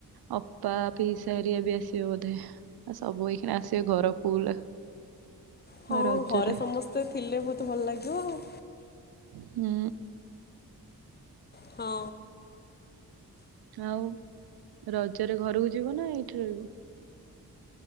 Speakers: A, on the right; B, on the left.
A: ଅପା, ପିଇସାହେରିଆ ବି ଆସିବେ ବୋଧେ। ସବୁ ଏଇ ଏଇନା ଆସିବେ ଘର ଫୁଲ।
B: ହଁ
A: ରଜରେ
B: ଘରେ ସମସ୍ତେ ଥିଲେ ବହୁତ ଭଲ ଲାଗିବ ଆଉ।
A: ହୁଁ।
B: ହଁ।
A: ଆଉ ରଜରେ ଘରକୁ ଯିବ ନା ଏଇଠି ରଇବ?